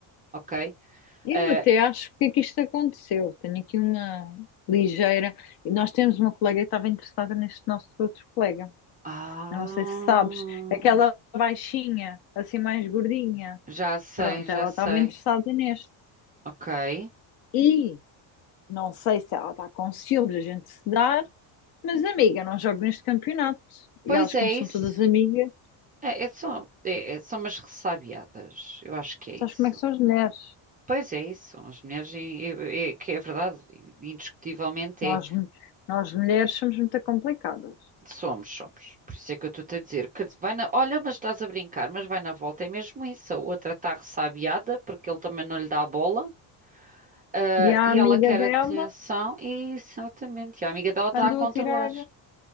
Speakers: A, on the right; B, on the left.
A: ok?
B: Eu
A: Eh,
B: até acho porque é que isto aconteceu. Tenho aqui uma ligeira. e Nós temos uma colega que estava interessada neste nosso outro colega.
A: ah,
B: Eu não sei se sabes, aquela baixinha, assim mais gordinha.
A: já sei,
B: Pronto,
A: já
B: ela
A: sei,
B: estava interessada neste.
A: ok.
B: E não sei se ela está com ciúmes a gente se dar, mas amiga, não jogo neste campeonato. E
A: Pois
B: elas,
A: é
B: como são
A: isso.
B: todas amigas,
A: É, é só, é, é- são umas ressabiadas, eu acho que é
B: sabes
A: isso.
B: como é que são as mulheres?
A: Pois é isso, as mulheres, e- e- é, que é verdade, indiscutivelmente
B: Nós,
A: é.
B: mu- nós mulheres somos muito complicadas.
A: Somos, somos. Por isso é que eu estou-te a dizer que vai na... Olha, mas estás a brincar, mas vai na volta. É mesmo isso. A outra está ressabiada porque ele também não lhe dá a bola. ah,
B: E a
A: e
B: amiga
A: ela quer
B: dela
A: atenção. E, exatamente. E a amiga dela está
B: andou
A: a controlar.
B: a tirar,